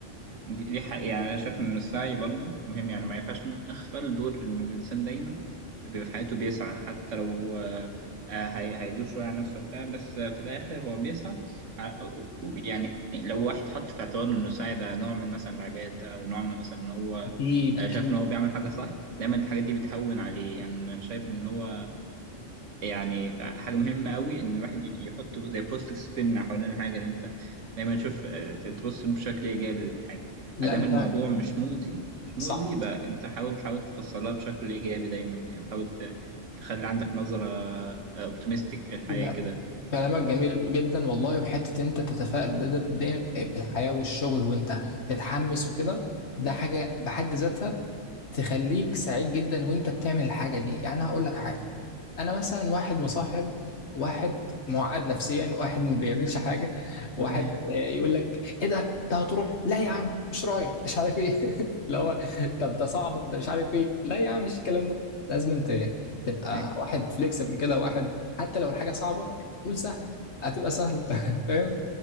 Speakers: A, on the right; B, on the left.
A: دي دي حقيقة يعني أنا شايف إن السعي برضه مهم يعني ما ينفعش نغفل دور إن الإنسان دايما بيبقى في حياته بيسعى حتى لو آه، آه، هي- هيدوس شوية على نفسه وبتاع بس آه، في الآخر هو بيسعى ع- و- يعني لو واحد حط في اعتباره إن السعي ده نوع من مثلا العبادة أو نوع من مثلا إن هو
B: اكيد
A: آه،
B: اكيد
A: شايف إن هو بيعمل حاجة صح دايما الحاجات دي بتهون عليه يعني أنا شايف إن هو يعني حاجة مهمة قوي إن الواحد يحط زي بوزيتيف سبين حوالين الحاجة اللي أنت دايما تشوف تبص بشكل إيجابي للحاجة
B: لا
A: أدام
B: انت
A: الموضوع مش مؤذي مش مؤذي
B: صح
A: يبقى أنت حاول تحاول تفصلها بشكل إيجابي دايما يعني حاول ت- تخلي عندك نظرة أوبتيمستيك للحياة
B: لا
A: كده
B: كلامك جميل جدا والله وحته إن انت تتفائل ده ده- دي بالحياه والشغل وانت تتحمس وكده ده حاجه بحد ذاتها تخليك سعيد جدا وانت بتعمل الحاجة دي يعني هقول لك حاجة انا مثلا واحد مصاحب واحد معقد نفسيا واحد ما بيعملش حاجة واحد
A: <laughs>
B: آه، يقول لك ايه ده انت هتروح لا يا عم مش رايح مش عارف ايه <laughs> اللي هو طب ده صعبة ده مش عارف ايه لا يا عم مش الكلام ده لازم انت تبقى
A: أي
B: واحد فليكسبل كده واحد حتى لو الحاجة صعبة قول سهل هتبقى سهل <laughs> فاهم